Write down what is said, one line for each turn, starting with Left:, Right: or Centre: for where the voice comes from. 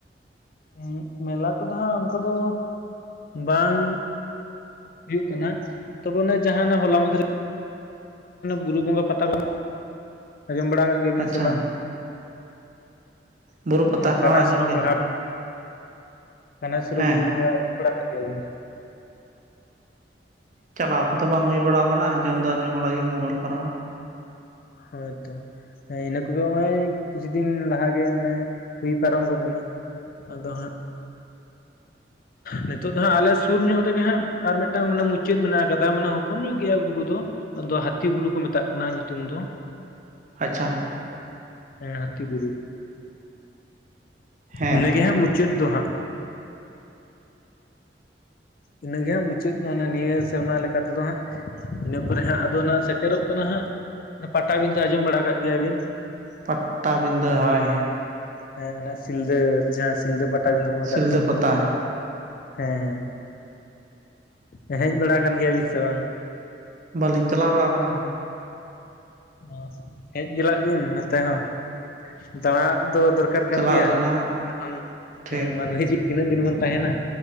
Left: ᱦᱩᱸ ᱢᱮᱞᱟ ᱠᱚᱫᱚ ᱦᱟᱸᱜ ᱚᱱᱠᱟ ᱫᱚ᱾ ᱵᱟᱝ ᱦᱩᱭᱩᱜ ᱠᱟᱱᱟ ᱛᱚᱵᱮ ᱡᱟᱦᱟᱸᱱᱟᱜ ᱦᱚᱞᱟ ᱢᱟᱦᱫᱷᱮᱨ᱾ ᱵᱩᱨᱩ ᱵᱚᱸᱜᱟ ᱯᱟᱛᱟ ᱠᱚ ᱟᱸᱡᱚᱢ ᱵᱟᱲᱟ ᱠᱟᱜ ᱜᱮᱭᱟᱵᱤᱱ
Right: ᱟᱪᱪᱷᱟ
Left: ᱥᱮ ᱵᱟᱝ?
Right: ᱵᱩᱨᱩ ᱯᱟᱛᱟ
Left: ᱢᱟᱱᱮ
Right: ᱦᱚᱸ
Left: ᱠᱟᱱᱦᱟᱭ
Right: ᱟᱸᱡᱚᱢ
Left: ᱥᱚᱨᱚ
Right: ᱜᱮ
Left: ᱯᱟᱦᱟᱲ᱾ ᱠᱟᱱᱦᱟᱹᱭ ᱥᱩᱨᱩ
Right: ᱦᱮᱸ
Left: ᱵᱩᱨᱩ ᱵᱚᱸᱜᱟ ᱟᱸᱡᱚᱢ ᱵᱟᱲᱟ ᱟᱠᱟᱫ ᱜᱮᱭᱟ ᱵᱤᱱ᱾
Right: ᱪᱟᱞᱟᱣ ᱠᱚᱫᱚ ᱵᱟᱝ ᱦᱩᱭ ᱵᱟᱲᱟ ᱟᱠᱟᱱᱟ ᱟᱸᱡᱚᱢ ᱫᱚ ᱟᱸᱡᱚᱢ ᱵᱟᱲᱟᱜ ᱜᱮ ᱢᱳᱵᱟᱭᱤᱞ ᱠᱚᱨᱮ ᱦᱸ᱾
Left: ᱦᱳᱭ ᱛᱚ᱾ ᱤᱱᱟᱹ ᱠᱚᱫᱚ ᱱᱚᱜᱭ ᱠᱤᱪᱷᱩ ᱫᱤᱱ ᱞᱟᱦᱟᱜᱮ ᱚᱱᱮ ᱦᱩᱭ ᱯᱟᱨᱚᱢ ᱜᱚᱫ ᱮᱱᱟ᱾ ᱟᱫᱚ ᱦᱟᱸᱜ᱾ ᱱᱤᱛᱚᱜ ᱫᱚ ᱦᱟᱸᱜ ᱟᱞᱮ ᱥᱩᱨ ᱧᱚᱜ ᱨᱮᱜᱮ ᱦᱟᱸᱜ ᱟᱨ ᱢᱤᱫᱴᱟᱝ ᱢᱟᱱᱮ ᱢᱩᱪᱟᱹᱫ ᱢᱮᱱᱟᱜ ᱟᱠᱟᱫᱟ ᱢᱟᱱᱮ ᱦᱚᱯᱚᱱ ᱧᱚᱜ ᱜᱮᱭᱟ ᱵᱩᱨᱩ ᱫᱚ᱾ ᱟᱫᱚ ᱦᱟᱹᱛᱤ ᱵᱩᱨᱩ ᱠᱚ ᱢᱮᱛᱟᱜ ᱠᱟᱱᱟ ᱧᱩᱛᱩᱢ ᱫᱚ᱾
Right: ᱟᱪᱪᱷᱟ
Left: ᱦᱮᱸ ᱦᱟᱹᱛᱤ ᱵᱩᱨᱩ
Right: ᱦᱮᱸ
Left: ᱤᱱᱟᱹᱜᱮ ᱦᱟᱸᱜ ᱢᱩᱪᱟᱹᱫ ᱫᱚ ᱦᱟᱸᱜ᱾ ᱤᱱᱟᱹᱜᱮ ᱦᱟᱸᱜ ᱢᱩᱪᱟᱹᱫ, ᱢᱟᱱᱮ ᱱᱤᱭᱟᱹ ᱥᱮᱨᱢᱟ ᱞᱮᱠᱟ ᱛᱮᱫᱚ ᱦᱟᱸᱜ। ᱤᱱᱟᱹ ᱯᱚᱨᱮ ᱦᱟᱸᱜ ᱟᱫᱚ ᱱᱟᱜ ᱥᱮᱴᱮᱨᱚᱜ ᱠᱟᱱᱟ ᱦᱟᱸᱜ ᱯᱟᱴᱟᱵᱤᱸᱫᱟᱹ ᱟᱸᱡᱚᱢ ᱵᱟᱲᱟ ᱠᱟᱜ ᱜᱮᱭᱟ ᱵᱤᱱ?
Right: ᱯᱟᱴᱴᱟᱵᱤᱸᱫᱟᱹ ᱦᱚᱭ᱾
Left: ᱦᱮᱸ ᱦᱟᱱᱮ ᱥᱤᱞᱫᱟᱹ ᱡᱟᱦᱟᱸ ᱥᱤᱞᱫᱟᱹ ᱯᱟᱴᱟᱵᱤᱸᱫᱟᱹ ᱠᱚ ᱢᱮᱛᱟᱜ
Right: ᱥᱤᱞᱫᱟᱹ
Left: ᱠᱟᱱ ᱫᱚ᱾
Right: ᱯᱟᱛᱟ
Left: ᱦᱮᱸ ᱦᱮᱸ ᱮ ᱦᱮᱡ ᱵᱟᱲᱟ ᱠᱟᱱ ᱜᱮᱭᱟ ᱵᱤᱱ ᱥᱮ ᱵᱟᱝ?
Right: ᱵᱟᱹᱞᱤᱧ ᱪᱟᱞᱟᱣ ᱵᱟᱲᱟ ᱠᱟᱱᱟ᱾
Left: ᱚ ᱦᱮᱡ ᱜᱮᱟᱞᱟᱜ ᱵᱤᱱ ᱱᱚᱛᱮ ᱦᱚᱸ ᱫᱟᱬᱟ ᱫᱚ ᱫᱚᱨᱠᱟᱨ ᱠᱟᱱ
Right: ᱪᱟᱞᱟᱜ
Left: ᱜᱮᱭᱟ,
Right: ᱟᱹᱞᱤᱧ ᱱᱟᱦᱟᱜ
Left: ᱮᱠᱷᱚᱱ
Right: ᱴᱷᱤᱠ
Left: ᱦᱮᱸ ᱢᱟᱹᱱᱢᱤ ᱡᱤ ᱛᱤᱱᱟᱹᱜ ᱫᱤᱱ ᱵᱚᱱ ᱛᱟᱦᱮᱱᱟ,